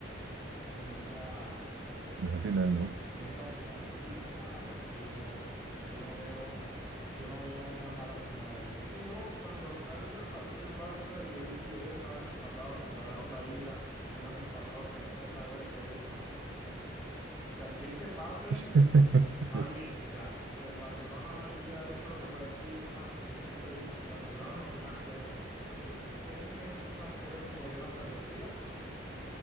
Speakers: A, in the centre; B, on the right.
A: en esa,
B: Esa final, ¿no?
A: en esa final. Sí, claro, es que yo, yo no veo, yo no veo una mala final ahí. Es que yo cuando estaba viendo el partido del Barça y yo vi que ya ellos estaban empatados, que empataron la ida, iban empatados tres tres en la vuelta, yo dije, no, es que de aquí el que pase
B: <laughs> Sí.
A: Está bien, ya, porque el Barcelona aquí ha hecho lo que puede. Y es más, yo siempre he dicho, el Barcelona no tiene arquero, porque Senni es un arquero que cogieron del retiro